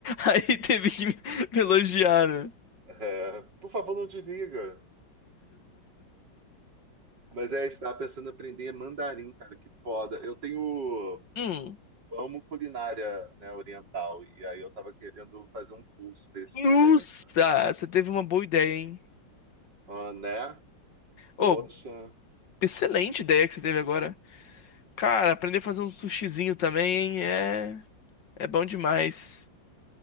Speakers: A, on the left; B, on the right.
A: Aí teve que me elogiar, né?
B: É, por favor, não desliga. Mas é, estava pensando em aprender mandarim, cara, que foda. Eu tenho.
A: Hum.
B: amo culinária, né, oriental. E aí eu tava querendo fazer um curso desse
A: Nossa,
B: também, sabe?
A: você teve uma boa ideia, hein?
B: Ah, né? Poxa.
A: Oh, excelente ideia que você teve agora. Cara, aprender a fazer um sushizinho também, hein? É, é bom demais.